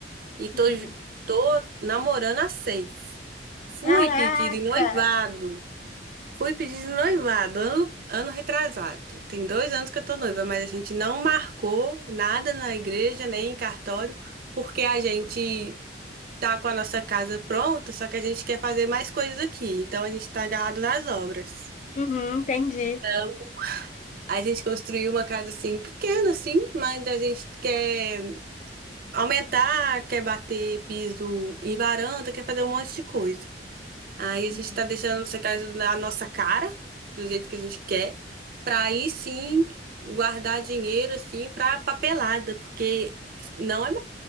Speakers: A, on the right (about 55°); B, on the left (about 40°).
A: e tô,
B: Uhum.
A: ju- tô namorando há seis. Fui
B: Caraca!
A: pedir em noivado. Fui pedir de noivado, ano, ano retrasado. Tem dois anos que eu tô noiva, mas a gente não marcou nada na igreja, nem em cartório, porque a gente tá com a nossa casa pronta, só que a gente quer fazer mais coisas aqui. Então a gente tá agarrado nas obras.
B: Uhum, entendi.
A: Então A gente construiu uma casa assim, pequena assim, mas a gente quer aumentar, quer bater piso em varanda, quer fazer um monte de coisa. Aí
B: Entendi.
A: a gente tá deixando secar isso na nossa cara, do jeito que a gente quer, pra aí sim guardar dinheiro assim pra papelada, porque não é